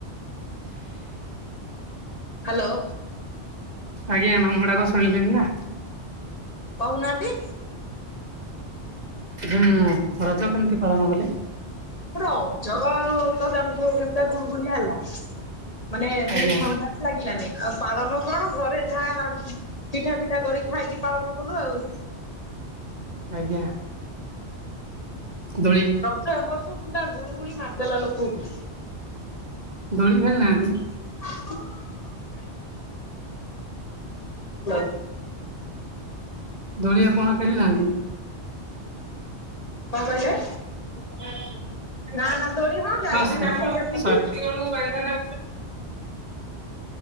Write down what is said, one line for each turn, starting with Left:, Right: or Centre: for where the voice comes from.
Left: ହ୍ୟାଲୋ
Right: ଆଜ୍ଞା ମାମୁଡାକ ଶୁଣିଲି ନା।
Left: କହୁନାହାନ୍ତି
Right: ଉଁ ରଜ କେମିତି ପାଳନ କଲେ?
Left: ରଜ ଆଉ ତ ଜାଣିଥିବୁ କେମତା ଗୁଲଗୁଲି ହେଲା ମାନେ ଟି
Right: ଆଜ୍ଞା
Left: ଥଣ୍ଡା। ଲାଗିଲାନି ଆଉ ପାଳନ କଣ ଘରେ ଯାହା ରା ପିଠା ପିଠା କରିକି ଖାଇକି ପାଳନ କଲୁ ଆଉ।
Right: ଆଜ୍ଞା ଦୋଳି
Left: ରଜ ଏ ବର୍ଷ ପୁରା ଗୁଲୁ ଗୁଳି ମାରିଦେଲା ଲୋକଙ୍କୁ।
Right: ଦୋଳି <unintelligible> ନାହାନ୍ତି।
Left: <inaudible> <unintelligible>
Right: ଦୋଳିଆପଣ ଖେଳି ନାହାନ୍ତି?
Left: କଣ କହିଲେ?
Right: <unintelligible>
Left: ନା ନା ଦୋଳି ହଁ ଯାଇଛି ନା ଖେଳିବା ପାଇଁକି